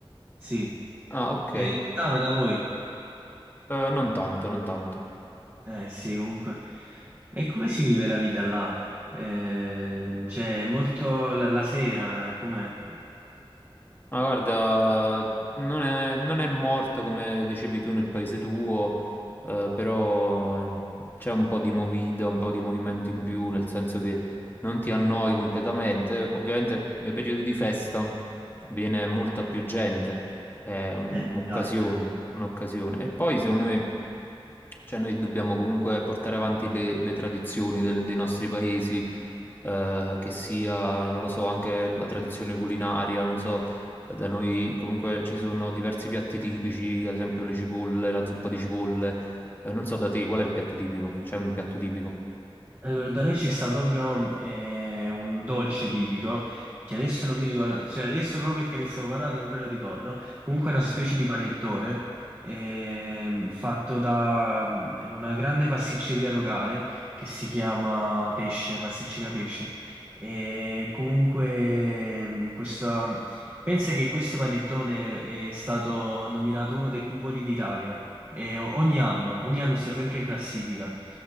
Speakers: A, on the right; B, on the left.
A: sì,
B: Ah, ok,
A: è
B: Eh,
A: lontano da voi.
B: non tanto, non tanto.
A: Eh sì, comunque. E come si vive la vita là? Eh, cioè, molto la, la sera, com'è?
B: Ma guarda, non è, non è morto come dicevi tu nel paese tuo, eh, però eh, c'è un po' di movida, un po' di movimento in più, nel senso che non ti annoi completamente. Ovviamente nei periodi di festa viene molta più gente, è un-
A: Eh,
B: un'occasione,
A: già.
B: un'occasione. E poi secondo me, cioè noi dobbiamo comunque portare avanti le, le tradizioni del- dei nostri paesi, eh, che sia, non lo so, anche la tradizione culinaria, non so da noi comunque ci sono diversi piatti tipici, ad esempio le cipolle, la zuppa di cipolle. Eh, non so da te qual è il piatto tipico? C'è un piatto tipico?
A: Allora, da noi ci sta proprio eh, un dolce tipico che adesso non mi ricordo, cioè adesso proprio perché ne stiamo parlando non me lo ricordo. Comunque
B: Ok.
A: è una specie di panettone ehm, fatto da mm, una grande pasticceria locale che si chiama Pesce, Pasticceria Pesce. E comunque mm, questa... pensa che questo panettone è stato nominato uno dei più buoni d'Italia. E o- ogni anno, ogni anno sta sempre in classifica.